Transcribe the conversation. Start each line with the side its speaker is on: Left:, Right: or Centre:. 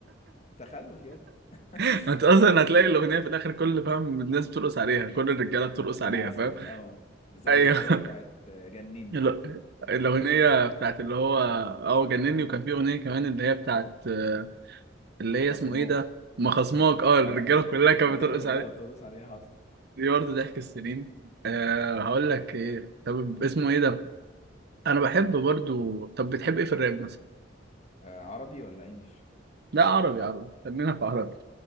Left: تخلف يا ده <laughs>
Right: <laughs> انت اصلا هتلاقي الاغنيه في الاخر كل فاهم الناس بترقص عليها كل الرجاله بترقص
Left: مثلا
Right: عليها فاهم
Left: اه زي
Right: ايوه
Left: اللي هي بتاعت جنني
Right: ال-
Left: دي
Right: الأغنية بتاعت اللي هو اه جنني وكان في أغنية كمان اللي هي بتاعت آه، اللي هي
Left: خصماه
Right: اسمه ايه ده؟ ما خصماك اه الرجالة
Left: اه
Right: كلها
Left: الرجاله
Right: كانت بترقص
Left: كلها
Right: عليه
Left: بترقص عليها حصل
Right: دي برضه ضحك السنين أه هقول لك ايه طب اسمه ايه ده؟ أنا بحب برضه طب بتحب ايه في الراب مثلا؟
Left: آه عربي ولا انجلش
Right: لا عربي عربي خلينا في عربي